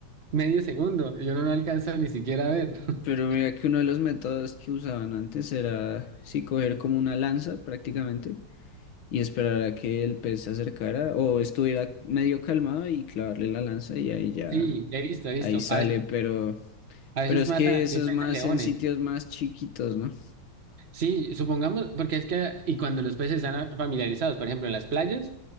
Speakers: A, on the right (about 35°); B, on the left (about 75°).
A: Medio segundo, yo no lo alcanzo ni siquiera a ver. <laughs>
B: Pero mira que uno de los métodos que usaban antes era, sí, coger como una lanza prácticamente y esperar a que el pez se acercara o estuviera medio calmado y clavarle la lanza y ahí ya,
A: Sí, he visto, he visto.
B: ahí sale,
A: A veces,
B: pero...
A: a veces
B: Pero es
A: matan
B: que
A: a
B: eso
A: peces
B: es más
A: leones.
B: en sitios más chiquitos, ¿no?
A: Sí, supongamos, porque es que, y cuando los peces están a- familiarizados, por ejemplo, en las playas,